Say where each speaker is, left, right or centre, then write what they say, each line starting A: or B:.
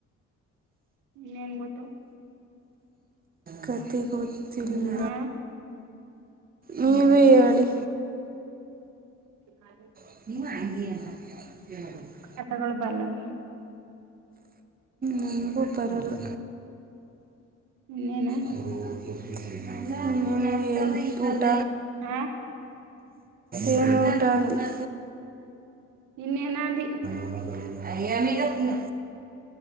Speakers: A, on the right; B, on the right.
A: ಇನ್ನೇನ್ ಗೊತ್ತು
B: ಕತೆ ಗೊ ಇಲ್ಲ
A: ಹಾ
B: ನೀವೇ ಹೇಳಿ.
A: ಮಾಡಿರಬೇಕ್.
B: ಹ್ಮ್ <unintelligible>
A: ಕಥಗೊಳ ಬರಲ್ಲ ನಂಗೆ.
B: ನಂಗೂ ಬರಲ್ಲ.
A: ಇನ್ನೇನ.
B: <unintelligible> ನೀನೆ ಹೇಳ್ ಊಟ
A: ಹ
B: ಎನ್ ಊಟ ಅಂದೆ.
A: ಇನ್ನೇನಂದಿ
B: <unintelligible> ಹ್ಮ್